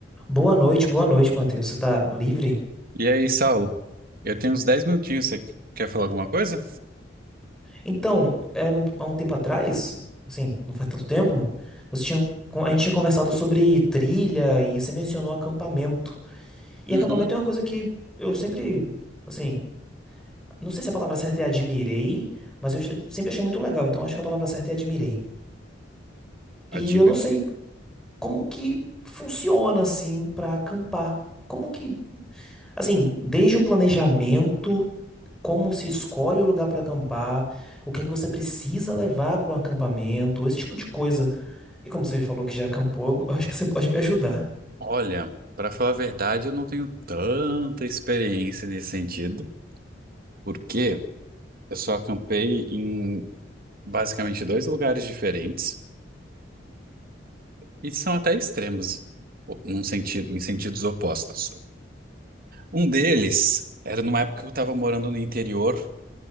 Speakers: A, in the centre; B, on the right.
A: Boa noite, boa noite, Matheus. Você tá livre?
B: E aí, Saulo? Eu tenho uns 10 minutinhos. Você quer falar alguma coisa?
A: Então, é um- há um tempo atrás, assim, não faz tanto tempo, você tinha, a gente tinha conversado sobre trilha e você mencionou acampamento. E
B: Uhum.
A: acampamento é uma coisa que eu sempre, assim, não sei se a palavra certa é admirei, mas eu já- sempre achei muito legal, então acho que a palavra certa é admirei. E
B: Admi...
A: eu não sei como que funciona, assim, pra acampar. Como que, assim, desde o planejamento. como se escolhe o lugar para acampar, o que é que você precisa levar para um acampamento, esse tipo de coisa. E como você falou que já acampou, eu acho que você pode me ajudar.
B: Olha, pra falar a verdade, eu não tenho tanta experiência nesse sentido, porque eu só acampei em basicamente dois lugares diferentes e são até extremos, o- num sentido, em sentidos opostos. Um deles era numa época que eu estava morando no interior